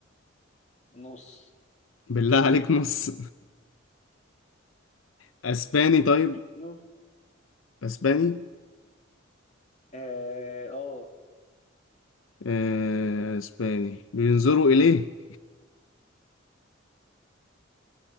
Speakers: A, on the left (about 35°); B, on the left (about 85°).
A: نص
B: بالله عليك نص <laughs> اسباني طيب
A: نص
B: اسباني
A: اه آه.
B: آه... اسباني بينظروا اليه